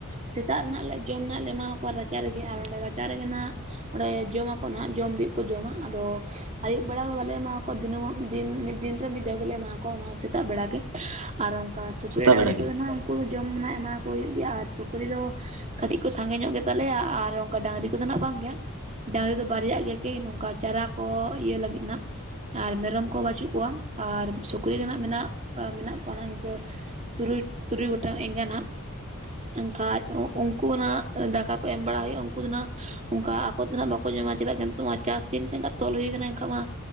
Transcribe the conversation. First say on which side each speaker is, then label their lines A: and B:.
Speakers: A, on the right; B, on the right.
A: ᱥᱮᱛᱟᱜ ᱨᱮ ᱦᱟᱸᱜ ᱞᱮ ᱡᱚᱢ ᱞᱮ ᱮᱢᱟ ᱠᱚᱣᱟ ᱨᱟᱪᱟ ᱨᱮᱜᱮ ᱟᱨ ᱚᱸᱰᱮ ᱨᱟᱪᱟ ᱨᱮᱜᱮ ᱦᱟᱸᱜ ᱚᱸᱰᱮ ᱡᱚᱢᱟᱠᱚ ᱱᱟᱦᱟᱜ ᱡᱚᱢ ᱵᱤᱜ ᱠᱚ ᱡᱚᱢᱟ ᱟᱫᱚ ᱟᱹᱭᱩᱵ ᱵᱮᱲᱟ ᱫᱚ ᱵᱟᱞᱮ ᱮᱢᱟᱠᱚᱣᱟ ᱫᱤᱱᱟᱹᱢ ᱫᱤᱱ ᱢᱤᱫ ᱫᱤᱱ ᱨᱮ ᱢᱤᱫ ᱫᱷᱟᱣ ᱜᱮᱞᱮ ᱮᱢᱟ ᱠᱚᱣᱟ ᱚᱱᱟᱦᱚ ᱥᱮᱛᱟᱜ ᱵᱮᱲᱟᱜ ᱜᱮ ᱟᱨ ᱚᱱᱠᱟ ᱥᱩᱠᱨᱤ
B: ᱥᱮᱛᱟᱜ
A: ᱰᱟᱝᱨᱤ
B: ᱵᱮᱲᱟ ᱜᱮ
A: ᱠᱚᱫᱚ ᱱᱟᱦᱟᱜ ᱩᱱᱠᱩ ᱫᱚ ᱡᱚᱢ ᱮᱢᱟ ᱠᱚ ᱦᱩᱭᱩᱜ ᱜᱮᱭᱟ ᱟᱨ ᱥᱩᱠᱨᱤ ᱫᱚ ᱠᱟᱹᱴᱤᱡ ᱠᱚ ᱥᱟᱸᱜᱮ ᱧᱚᱜ ᱜᱮᱛᱟᱞᱮᱭᱟ ᱟᱨ ᱚᱱᱠᱟ ᱰᱟᱝᱨᱤ ᱠᱚᱫᱚ ᱱᱟᱜ ᱵᱟᱝ ᱜᱮ ᱰᱟᱝᱨᱤ ᱫᱚ ᱵᱟᱨᱭᱟᱜ ᱜᱮᱭᱟ ᱠᱤᱱ ᱱᱚᱝᱠᱟ ᱪᱟᱨᱟ ᱠᱚ ᱤᱭᱟᱹ ᱞᱟᱹᱜᱤᱫ ᱦᱟᱸᱜ ᱟᱨ ᱢᱮᱨᱚᱢ ᱠᱚᱦᱚᱸ ᱵᱟᱹᱪᱩᱜ ᱠᱚᱣᱟ ᱟᱨ ᱥᱩᱠᱨᱤ ᱜᱮ ᱦᱟᱸᱜ ᱢᱮᱱᱟᱜ ᱢᱮᱱᱟᱜ ᱠᱚᱣᱟ ᱚᱱᱟ ᱤᱱᱠᱟᱹ ᱛᱩᱨᱩᱭ ᱛᱩᱨᱩᱭ ᱜᱚᱴᱟᱝ ᱮᱸᱜᱟ ᱦᱟᱸᱜ ᱮᱱᱠᱷᱟᱡ ᱩᱱᱠᱩᱱᱟᱜ ᱫᱟᱠᱟ ᱠᱚ ᱮᱢ ᱵᱟᱲᱟ ᱦᱩᱭᱩᱜᱼᱟ ᱩᱱᱠᱩ ᱫᱚ ᱦᱟᱸᱜ ᱚᱱᱠᱟ ᱟᱠᱚ ᱫᱚ ᱱᱟᱦᱟᱜ ᱵᱟᱠᱚ ᱧᱟᱢᱟ ᱪᱮᱫᱟᱜ ᱱᱤᱛᱚᱜ ᱢᱟ ᱪᱟᱥ ᱫᱤᱱ ᱥᱮ ᱠᱷᱟᱡ ᱛᱚᱞ ᱦᱩᱭ ᱟᱠᱟᱱᱟ ᱮᱱᱠᱷᱟᱱ ᱢᱟ